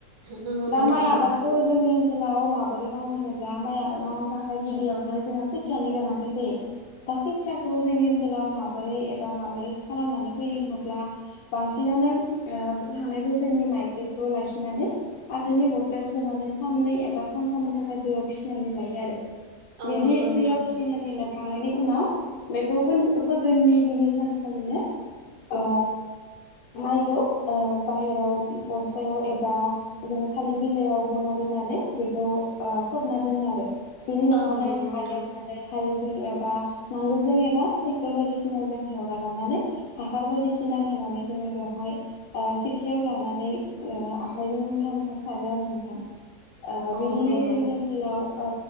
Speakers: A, on the right (about 75°); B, on the left (about 75°).
A: नंगौ
B: दा
A: नोंथां
B: माइ
A: औ
B: आबादखौ जोंनि ओनसोलाव माबोरै मावो होनोब्ला माइ आबाद मावनो थाखाय गिबियावनो जोङो खोथियानि गोनांथि फैयो दा खोथियाखौ जोंनि ओनसोलाव माबोरै एबा माबोरै खालामनानै फैयो होनोब्ला बांसिन थांनाय बोसोरनि माइज्लिखौ लाखिनानै फाथोनि बस्थायाव सोनानै सा नै सानथामनि दै फीसिनानै लायो आरो
A: औ
B: बिदि
A: नंगौ नोंथां
B: दैयाव फिनानै ला खांनायनि उनाव बेखौ फोगोननि गिबि सानखालिनो अ माइखौ ओ बाहेराव बस्थायाव एबा बिदिनो थालिर बिलाइयाव बना दोननानै बेखौ ओ खोबना दोनो आरो बेनि अखानायै
A: औ नंगौ
B: हालेवनानै
A: नोंथां
B: हा जेनेबा नांगोलजों एबा ट्रेक्टर बायदिसिनाजों एवना लानानै हासार बायदिसिना होना नानै जोङो बेवहाय खेरखायाव लानानै आखायजों मुथा मुथा सारो आरो नोंथां ओ बिदिनो
A: औ नंगौ
B: जोंनि ओनसोलाव ओ